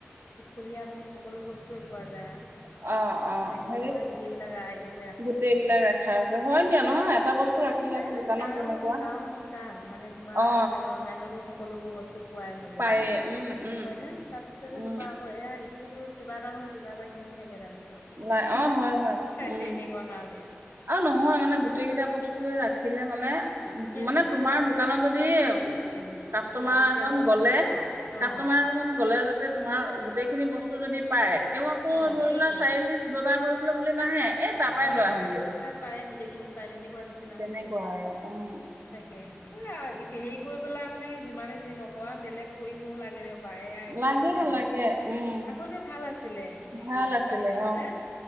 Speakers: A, on the left; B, on the right.
A: স্কুলীয়া মানে সকলো বস্তুৱে পোৱা যায় আৰু।
B: অ, অ
A: মানে
B: হেৰি
A: মানে গোটেইবিলাক আইটেমে ৰখা
B: গোটেই
A: গৈছে
B: বিলাক
A: বস্তু,
B: ৰাখা হৈছে হয় দিয়া নহয় এটা বস্তু
A: সেই
B: ৰাখিলে
A: যে
B: আকৌ দোকানত
A: গাঁওৰ
B: তেনেকুৱা
A: গাঁওৰ দোকান মানে তোমাৰ
B: অ
A: আজিকালি অনলাইনতো সকলোবোৰ বস্তু পোৱাই গ'ল
B: পায়ে
A: দেখোন,
B: উম উম
A: হয়নে তাৰপিছতে
B: উম
A: তোমাৰ আকৌ এয়া ত সিটো কিবা এটা নহয় কিব এটা কিনি থাকে কেটামানে আঅ
B: লাই অ হয় হয় উম
A: তেনেকুৱা কাৰণে।
B: নহয় মানে গোটেই কেইটা বস্তুটোয়ে ৰাখিলে মানে
A: সেইটোৱে
B: মানে তোমাৰ দোকানত যদি উম! কাষ্টমাৰ
A: লাগতিয়াল
B: এজন
A: বস্তুকেইটা
B: গ'লে,
A: অ অ
B: কাষ্টমাৰ এজন গ'লে যাতে তোমাৰ গোটেইখিনি বস্তু যদি পায়, তেওঁ আকৌ
A: অ
B: ধৰি
A: সেইটোৱে
B: লোৱা চাৰিআলি বজাৰ কৰিবলৈ বুলি নাহে এ তাৰ
A: আৰু
B: পৰাই
A: নেহাই
B: লৈ আহোগৈ
A: তাত পায়ে গোটেইখিনি পায় তেনেকুৱা নিচিনা
B: তেনেকুৱা
A: হৈছেগৈ
B: আৰু উম
A: তাকে এ হেৰি কৰি পেলাই মানে যিমানে যি নকৰা বেলেগ কৰিবও লাগে বায়া একোৱে
B: লাগে
A: হোৱা নাইকিয়া
B: লাগে উম
A: আগতে ভাল আছিলে হেৰি
B: ভাল
A: কৰিব দোকান
B: আছিলে
A: কৰিবলে
B: অ